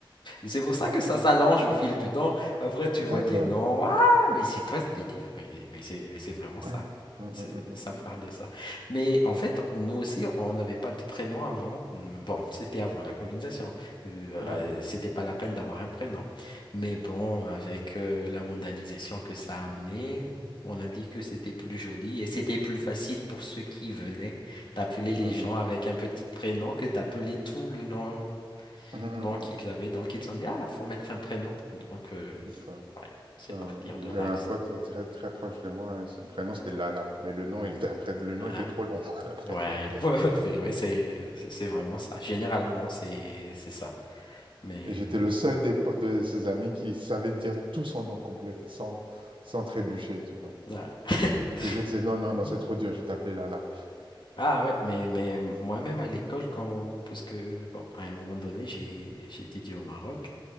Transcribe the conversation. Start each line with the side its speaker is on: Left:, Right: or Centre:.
Left: C'est pour ça
Right: D'accord.
Left: que ça s'allonge au fil du temps. Après, tu
Right: D'accord.
Left: vois des noms. Ah, mais c'est quoi ce délire? Mais, mais c'est, mais c'est vraiment
Right: <clears throat>
Left: ça.
Right: Mm, mm,
Left: C'est,
Right: mm,
Left: ça
Right: mm,
Left: part de ça. Mais en
Right: mm, mm,
Left: fait, nous aussi, on n'avait pas de prénom avant. Bon, c'était avant la colonisation. Euh,
Right: mm.
Left: euh,
Right: Ouais.
Left: c'était pas la peine d'avoir un prénom. Mais bon, avec euh, la mondialisation que ça a amené, on a dit que c'était plus joli et c'était plus facile pour ceux qui venaient d'appeler les
Right: Mm,
Left: gens
Right: mm.
Left: avec un petit prénom que d'appeler tout le nom
Right: Mm, mm,
Left: donc,
Right: mm.
Left: ils avaient, donc, ils ont dit, ah, faut mettre un prénom. Donc, euh, ouais,
Right: D'accord.
Left: c'est
Right: Ah
Left: partir
Right: ouais.
Left: de l'axe.
Right: J'avais un pote très très proche de moi, son prénom c'était Lala, mais le nom il était après, le nom
Left: Ah,
Right: était trop long <laughs> après.
Left: ouais, <laughs> ouais, ouais, c'est ouais, c'est- c'est vraiment ça. Généralement, c'est c'est ça. Mais,
Right: Et j'étais le seul des po- de ses amis qui savait dire tout son nom complet, sans, sans trébucher, tu vois.
Left: ouais. <laughs>
Right: Les autres disaient, non, non,
Left: Mhm.
Right: non, c'est trop dur, je vais t'appeler là là.
Left: Ah ouais, mais, mais moi-même à l'école, quand, parce que, bon, à un moment donné, j'ai j'ai étudié au Maroc,